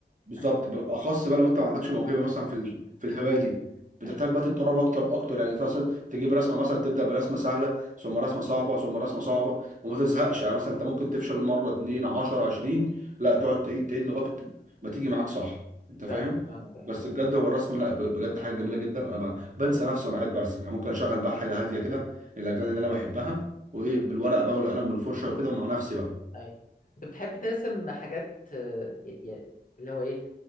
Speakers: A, on the right (about 45°); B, on the left (about 50°).
A: بالظبط
B: اي
A: بالاخص بقى لو انت ما عندكش موهبه مثلا في ال... في الهوايه دي بتحتاج
B: اي
A: بقى تتدرب اكتر اكتر يعني مثلا تجيب رسمه مثلا تبدا برسمه سهله ثم رسمه صعبه ثم رسمه صعبه وما تزهقش يعني مثلا انت ممكن تفشل مره اتنين 10 20 لا تقعد تعيد تعيد لغايه ما ت- ما تيجي معاك صح انت فاهم
B: فاهمك فاهمك اي
A: بس بجد هو الرسم لا ب- بجد حاجه جميله جدا انا ب- بنسى نفسي وانا قاعد برسم يعني ممكن اشغل بقى حاجه هاديه كده الاغاني اللي انا بحبها وايه
B: اي
A: بالورقه بقى والقلم والفرشه وكده ومع نفسي بقى
B: اي انت بتحب ترسم حاجات آه، ي- ي- اللي هو ايه